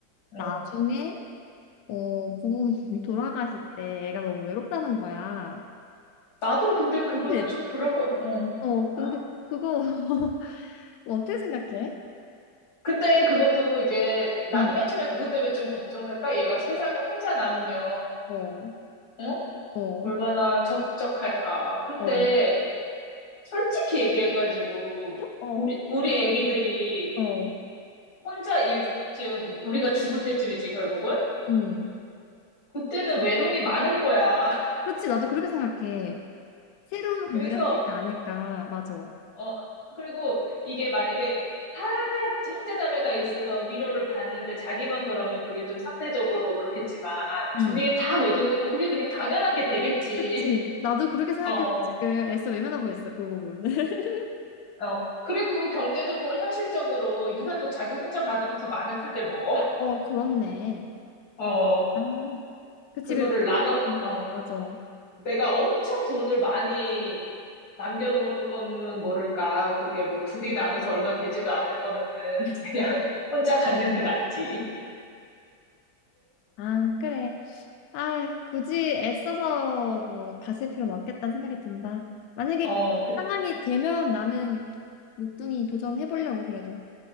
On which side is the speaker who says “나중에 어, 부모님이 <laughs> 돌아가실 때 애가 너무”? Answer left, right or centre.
Left